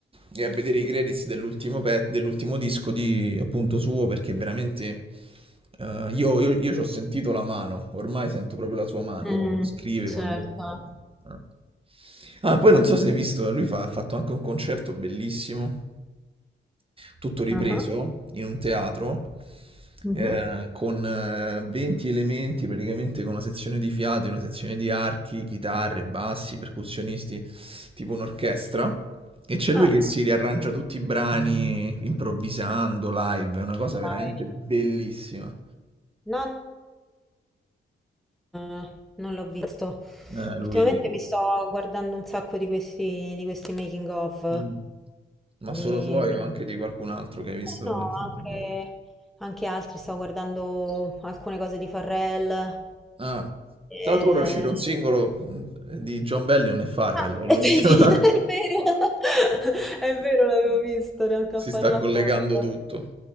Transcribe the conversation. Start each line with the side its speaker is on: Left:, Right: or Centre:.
Right: e a vedere i credits dell'ultimo pe- dell'ultimo disco di appunto suo perché veramente eh, io, io, io ci ho sentito la mano, ormai sento proprio la sua mano
Centre: Mh,
Right: quando scrive,
Centre: certo.
Right: quando... eh. Ah, poi non so se hai visto, lui fa- ha fatto anche un concerto bellissimo, tutto ripreso
Centre: Ah-ah.
Right: in un teatro,
Centre: Mh-mh.
Right: eh, con eh, 20 elementi, praticamente con una sezione di fiati, una sezione di archi, chitarre, bassi, percussionisti, tipo un'orchestra. E c'è lui
Centre: Ah,
Right: che si riarrangia tutti i brani improvvisando live, è una cosa veramente
Centre: dai.
Right: bellissima.
Centre: No, no, non l'ho visto.
Right: Eh,
Centre: Ultimamente
Right: lui.
Centre: mi sto guardando un sacco di questi di questi making of
Right: Mm. Ma solo
Centre: di
Right: suoi
Centre: di
Right: o anche
Centre: no,
Right: di qualcun altro che hai visto
Centre: no, no,
Right: recentemente?
Centre: anche anche altri. Stavo guardando alcune cose di Farrell.
Right: Ah, tra l'altro
Centre: Ehm
Right: ora è uscito un singolo mh, di John Bellion e Farrell,
Centre: ah,
Right: è l'ultimo.
Centre: <laughs> e vedi,
Right: <laughs>
Centre: è vero, <laughs> è vero, l'avevo visto, neanche
Right: Si
Centre: a farlo
Right: sta collegando
Centre: apposta.
Right: tutto.